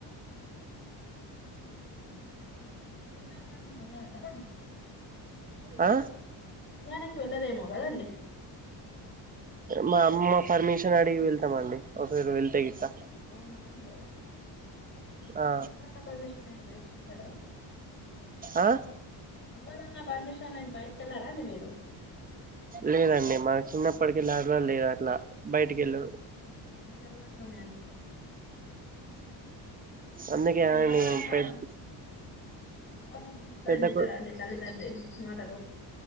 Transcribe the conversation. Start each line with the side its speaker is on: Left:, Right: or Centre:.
Left: నాదగా
Right: ఆ
Left: కళ్యాణనికి వెళ్ళరేమోాల అదండి
Right: మా అమ్మ పర్మిషన్ అడిగి వెళ్తామ అండి ఒకవేరు వెళ్తే గట్టా
Left: అవునాంది
Right: ఆ
Left: అమ్మ నా పర్మిషన్ బయ వెళ్ళారా
Right: ఆ
Left: అమ్ నాన్న పర్మిషన్ నన్ బయటక వెళ్ళారా నిది <inaudible>
Right: లేదండి మన చిన్నప్పటికి వెళ్ళలా లేదు అట్లా బయటికి వెళ్ళరు
Left: మంచి అలవాట్లు ఉన్నాయండి మరి
Right: అందుకే
Left: కాాలన్నా
Right: ఆయన్ని పెద్ద
Left: చాలన్నా పిల్లర
Right: పెద్ద
Left: తింటారాండి
Right: కొ
Left: తల్లిదండ్రి మాటారు